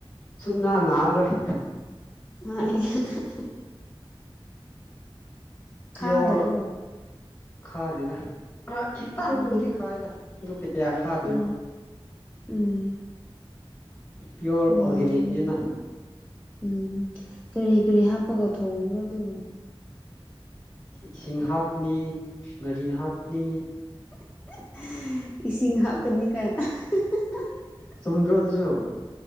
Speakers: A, on the left (about 35°); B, on the left (about 15°).
A: ꯁꯨꯛꯅꯥ ꯅꯥꯔꯣꯏ
B: <unintelligible>
A: ꯄꯤꯌꯣꯔ
B: ꯈꯥꯗꯕ꯭ꯔꯣ
A: ꯈꯥꯗꯦꯗ ꯑ ꯈꯤꯇꯪꯕꯨꯗꯤ
B: ꯎꯝ
A: ꯈꯥꯏꯗ ꯑꯗꯣ ꯀꯌꯥ ꯈꯥꯗꯦꯕ꯫
B: ꯎꯝ ꯎꯝ
A: ꯄꯤꯌꯣꯔ
B: ꯌꯦ
A: ꯑꯣꯔꯒꯥꯅꯤꯛꯅꯤꯅ
B: ꯎꯝ ꯀꯔꯤ ꯀꯔꯤ ꯍꯥꯞꯄꯒ ꯊꯣꯡꯕ꯭ꯔꯣ ꯑꯗꯨꯕꯨ
A: ꯏꯁꯤꯡ ꯍꯥꯞꯅꯤ ꯉꯥꯔꯤ ꯍꯥꯞꯅꯤ
B: ꯍꯍ ꯏꯁꯤꯡ ꯍꯥꯞꯀꯅꯤ ꯀꯥꯏꯅ ꯑꯍ ꯍꯥ ꯍꯥ
A: ꯆꯨꯝꯗ꯭ꯔꯣ ꯑꯗꯨꯁꯨ